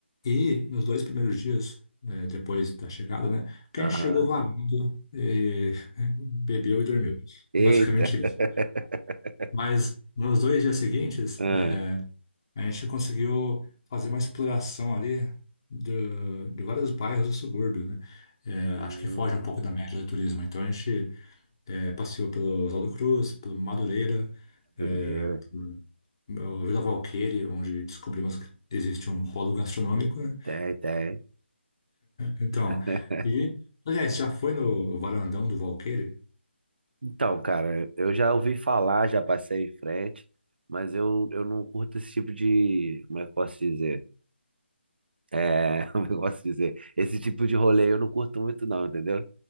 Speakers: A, on the left; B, on the right.
A: E nos dois primeiros dias, né, depois da chegada, né? Quem
B: Aham,
A: chegou varando, eh, <laughs> bebeu e dormiu.
B: Eita,
A: Basicamente
B: <laughs>
A: isso. Mas nos dois dias seguintes,
B: ah.
A: eh, a gente conseguiu fazer uma exploração ali do- de vários bairros do subúrbio, né? Eh,
B: Hum,
A: acho que foge um pouco da média do turismo. Então a gente eh, passeou pelo Oswaldo Cruz, pelo Madureira,
B: madureira,
A: eh, o Vila Valqueire, onde descobrimos que existe um polo gastronômico, né?
B: tem, tem.
A: Então,
B: <laughs>
A: e, aliás, já foi no varandão do Valqueire?
B: Então, cara, eu já ouvi falar, já passei em frente, mas eu, eu não curto esse tipo de, como é que eu posso dizer? É, <laughs> como eu gosto de dizer, esse tipo de rolê eu não curto muito não, entendeu?